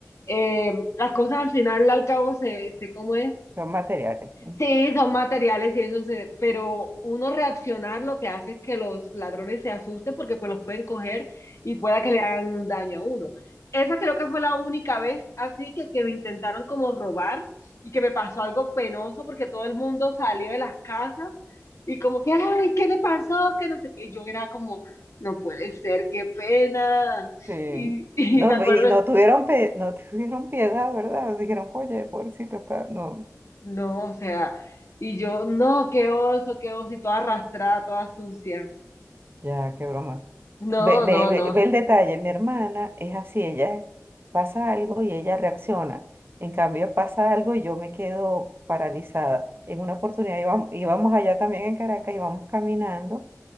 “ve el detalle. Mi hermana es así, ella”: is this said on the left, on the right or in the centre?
Right